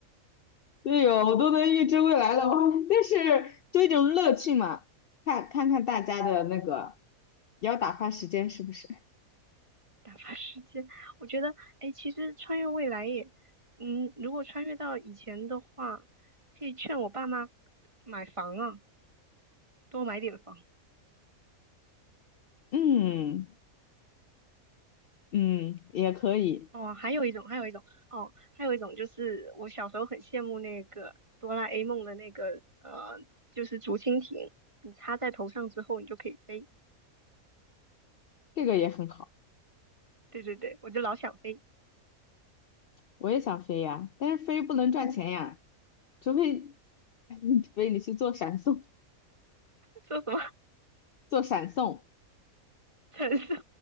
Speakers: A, on the left (about 80°); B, on the right (about 20°).
A: 对哟，我都能预知未来了，<laughs> 我但是就一种乐趣嘛，看看看大家的那个，也要打发时间是不是？
B: 打发时间，我觉得，哎，其实穿越未来也，嗯，如果穿越到以前的话，可以劝我爸妈买房啊，多买点房。
A: 嗯嗯，也可以，
B: 哦，还有一种，还有一种，哦，还有一种就是我小时候很羡慕那个哆啦 A 梦的那个，呃，就是竹蜻蜓，你插在头上之后，你就可以飞。
A: 这个也很好。
B: 对对对，我就老想飞，
A: 我也想飞呀，但是飞不能赚钱呀，除非 <laughs> 除非你去做闪送，
B: 说什么
A: 做闪送。
B: <laughs> 传送，